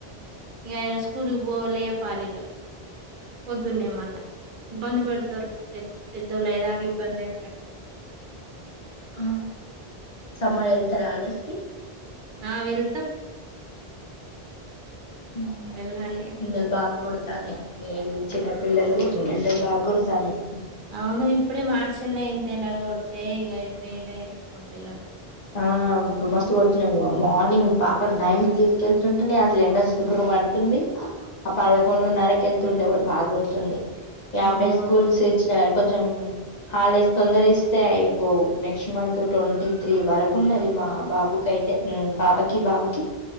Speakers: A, on the right (about 55°); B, on the left (about 45°).
A: ఇగా ఆయన స్కూల్కి పో లేపాలిగా. పొద్దున్నే మళ్ళ ఇబ్బంది పెడతారు పెద్దోళ్ళ అయ్యేదాకా ఇబ్బందే అక్క.
B: ఆ సమ్మర్ ఎళ్తారా. హాలిడేస్ కి
A: ఆహ్ వెళ్తాం
B: ఉహ్మ్
A: వెళ్ళాలి ఇగ
B: ఎండలు బాగోడ్ తన్నాయ్. ఏల్ చిన్న పిల్లలు ఎండలు బాగా కొడుతన్నాయి.
A: అవును ఇప్పుడే మార్చిల్నే ఇంత ఎండలు కోడ్ తే ఇక మే నెల ఎట్లూం ట్టయో.
B: ఆహ్ ఇప్పుడ్ మస్త్ కొతున్నాయి. ఉ మార్నింగ్ పాపన్ నైన్ కి తీసుకెళ్తుంటే అసలు ఎండ సుర్రు అంటుంది. పదకొంనరకెళ్తు
A: అవును.
B: ఉండే కూడా బాగోడ్ తుంది. ఈ
A: అవునవును
B: ఆఫ్డే స్కూల్స్ ఇచ్చిన కొంచెం హాలిడేస్ తొందరీస్తే అయిపోవు నెక్స్ట్ మంత్ ట్వంటీ త్రీ వరకు ఉన్నది. మా బాబుకిైతే పాపకి, బాబుకి